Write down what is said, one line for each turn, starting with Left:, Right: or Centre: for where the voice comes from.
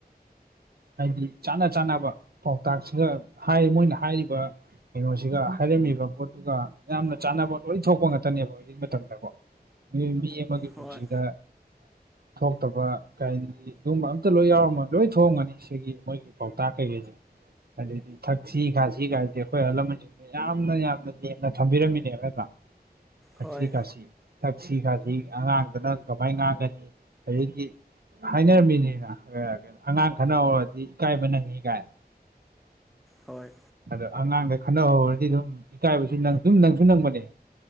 Right: ꯍꯥꯏꯗꯤ ꯆꯥꯅ ꯆꯥꯅꯕ ꯄꯥꯎꯇꯥꯛꯁꯤꯒ ꯍꯥꯏ ꯃꯣꯏꯅ ꯍꯥꯏꯔꯤꯕ ꯀꯩꯅꯣꯁꯤꯒ ꯍꯥꯏꯔꯝꯃꯤꯕ ꯄꯣꯠꯇꯨꯒ ꯌꯥꯝꯅ ꯆꯥꯅꯕ ꯂꯣꯏ ꯊꯣꯛꯄ ꯉꯥꯛꯇꯅꯦꯕ ꯍꯧꯖꯤꯛꯒꯤ ꯃꯇꯝꯗꯀꯣ <unintelligible> ꯑꯩꯒꯤ ꯄꯨꯟꯁꯤꯗ
Centre: ꯍꯣꯏ
Right: ꯊꯣꯛꯇꯕ ꯀꯥꯏ ꯑꯗꯨꯒꯨꯝꯕ ꯑꯝꯇ ꯂꯣꯏ ꯌꯥꯎꯔꯝꯃꯣꯏ ꯂꯣꯏ ꯊꯣꯛꯑꯝꯒꯅꯤ ꯁꯤꯒꯤ ꯃꯣꯏꯒꯤ ꯄꯥꯎꯇꯥꯛ ꯀꯩꯀꯩꯁꯦ ꯑꯗꯨꯗꯗꯤ ꯊꯥꯛꯁꯤ ꯈꯥꯁꯤ ꯀꯥꯏꯁꯦ ꯑꯩꯈꯣꯏ ꯑꯍꯜ ꯂꯃꯟꯁꯤꯡ ꯌꯥꯝꯅ ꯌꯥꯝꯅ ꯂꯦꯝꯅ ꯊꯝꯕꯤꯔꯝꯃꯤꯅꯦꯕ ꯅꯠꯇꯔꯥ ꯊꯥꯛꯁꯤ
Centre: ꯍꯣꯏ
Right: ꯈꯥꯁꯤ ꯊꯥꯛꯁꯤ ꯈꯥꯁꯤ ꯑꯉꯥꯡꯗꯅ ꯀꯃꯥꯏꯅ ꯉꯥꯡꯒꯅꯤ ꯑꯗꯒꯤ ꯍꯥꯏꯅꯔꯝꯃꯤꯅꯤꯅ ꯑꯥ ꯑꯉꯥꯡ ꯈꯟꯅ ꯍꯧꯔꯗꯤ ꯏꯀꯥꯏꯕ ꯅꯪꯉꯤ ꯀꯥꯏꯅ
Centre: ꯍꯣꯏ
Right: ꯑꯗꯣ ꯑꯉꯥꯡꯗ ꯈꯟꯅ ꯍꯧꯔꯗꯤ ꯑꯗꯨꯝ ꯏꯀꯥꯏꯕꯁꯨ ꯅꯪ ꯁꯨꯝ ꯅꯪꯁꯨ ꯅꯪꯕꯅꯦ